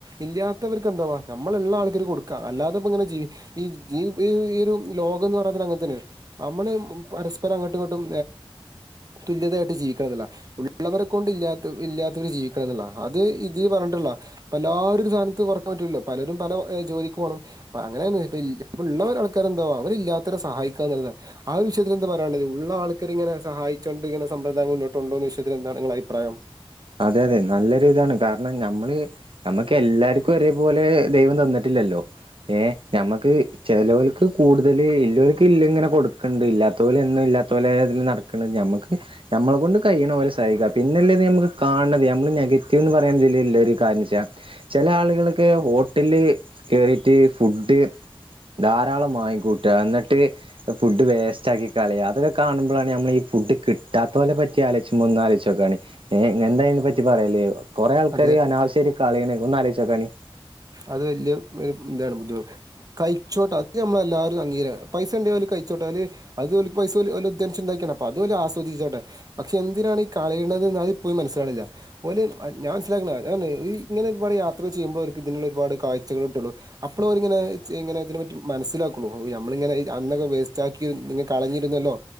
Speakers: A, on the right; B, on the right.
A: ഇല്ലാത്തവർക്ക് എന്താവാണ്ടേ നമ്മളെഇള്ള ആൾക്കാര് കൊട്ക്കാ അല്ലാതപ്പോ ങ്ങനെ ജീവിക്ക ഈ ഒരു ലോകന്ന് പർഞ്ഞ തന്നെ അങ്ങനെതന്നെണ്. മ്മള് പരസ്പരം അങ്ങട്ടും ഇങ്ങട്ടും തുല്യതയായിട്ട് ജീവിക്കണന്നള്ളതാണ്. ഉള്ളവരെ കൊണ്ട് ഇല്ലാത്ത ഇല്ലാത്തവര് ജീവിക്കണന്നുള്ളത അത് ഇതിൽ പറഞ്ഞിട്ടുള്ളതാണ്. എല്ലാവരും ഒരു സ്ഥാനത്ത് ഉറക്കാൻ പറ്റില്ലല്ലോ പലരും പല ജോലിക്ക് പോണം. <unintelligible> ഇപ്പള്ള ആൾക്കാരെന്താവാ അവരില്ലാത്തവരെ സഹായിക്കാന്നള്ളതാണ്. ആ ഒരു വിഷയത്തിൽ എന്താ പറയാനുള്ളത് ഉള്ള ആൾക്കാരിങ്ങനെ സഹായി <unintelligible> സമ്പ്രദായം മുന്നോട്ടുണ്ടോന്ന് ചോയ്ച്ചാ ഇതിൽ എന്താണ് നിങ്ങള അഭിപ്രായം?
B: അതെ അതെ നല്ലൊരു ഇതാണ് കാരണം നമ്മള്, നമ്മക്ക് എല്ലാക്കും ഒരേപോലെ ദൈവം തന്നിട്ടില്ലല്ലോ ഏ നമ്മക്ക് ചെലോൽക്ക്, കൂടുതല് ഇല്ലോര്ക്കില്ലിങ്ങനെ കൊടുക്കണ്ട് ഇല്ലാത്തോലെന്നുംഇല്ലാ ത്തോലെതിന് നടക്ക്ണ് ഞമ്മക്ക് ഞമ്മളെ കൊണ്ട് കഴിയണ പോലെ സഹായിക്ക പിന്നെല്ലത് നമുക്ക് കാണ്ത് നമ്മള് നെഗറ്റീവ്ന്ന് പറയാനിതിൽ ഒരു കാര്യാ ചെല ആള്കൾക്ക്, ഹട്ടില് കയറിട്ട് ഫുഡ് ധാരാളം വാങ്ങിക്കൂട്ട എന്നിട്ട് ഫുഡ് വേസ്റ്റാക്കി കളയ അതൊക്ക കാണുമ്പോഴാണ് നമ്മളീ ഫുഡ് കിട്ടാത്തോലെ പറ്റി ആലോയ്ചുമ്പോ ഒന്ന് ആലോയ്ചോക്കാണി എന്താ അയിനെ പറ്റി പറയല്? കൊറെ ആൾക്കാര്
A: അതെ
B: അനാവശ്യമായിട്ട് കളയണ്, ഒന്നാ ആലോയ്ചോകാണി
A: അത് വലിയ ഒരു എന്താണ് ബുദ്ധിമുട്ട് കാഴ്ച്ചോട്ടെ അത് നമ്മളല്ലാര അംഗീകാര പൈസ ഉണ്ടേല് ഓര് കഴിച്ചോട്ടെ അത് പൈസഓല് അധ്വാനിച്ച് ണ്ടാക്കിയതാണ് അപ്പ അത് ഓല് ആസ്വദിച്ചോട്ടെ. പക്ഷെ എന്തിനാണ് ഈ കളയണത് എന്നത് ഇപ്പഴും മനസ്സിലാവിണില്ല. ഓര് ഞാൻ മനസ്സിലാക്കുന്നത് ഇങ്ങനെ ഒരുപാട് യാത്ര ചെയ്യുമ്പോളാണ് അവർക്ക് ഇതിനുള്ള ഒരുപാട് കാഴ്ചകൾ കിട്ടുന്നത്. അപ്പള ഓരിങ്ങനെ ഇങ്ങന ഇതിനെ പറ്റി മനസ്സിലാക്കുള്ളു. ഞമ്മളിങ്ങനെ അന്നൊക്കെ വേസ്റ്റ് ആക്കി, കളഞ്ഞിരുന്നല്ലോ